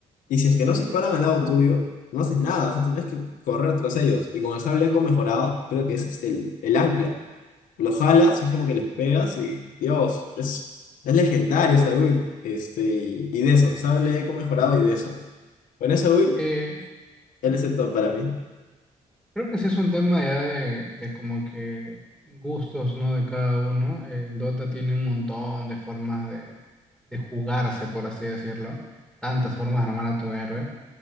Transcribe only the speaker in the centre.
Eh,
Creo que sí es un tema ya de, de como que gustos, ¿no? De cada uno. El Dota tiene un montón de formas de, de jugarse, por así decirlo. Tantas formas de armar a tu héroe.